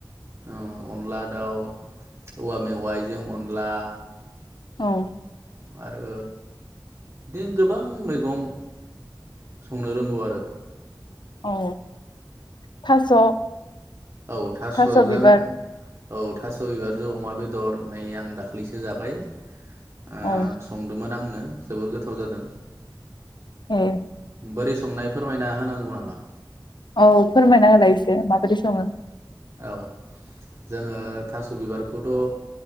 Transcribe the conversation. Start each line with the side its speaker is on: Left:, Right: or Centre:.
Right: ओ अनला दाउ, औवा मेवाइजों अनला।
Left: औ
Right: आरो बिदिनो गोबां मैगं संनो रोंगौ आरो।
Left: औ थास'
Right: औ थास'जों
Left: थास' बिबार
Right: औ थास' बिबारजों अमा बेदर नै आं दाख्लैसो जाबाय। ओ
Left: औ
Right: संदोमोन आंनो। जोबोर गोथाव जादों।
Left: ए
Right: बोरै संनाय? फोरमायना होनांगौ नामा?
Left: औ फोरमायना होलाय एसे माबायदि सङो?
Right: औ जोङो थास' बिबारखौथ' ओ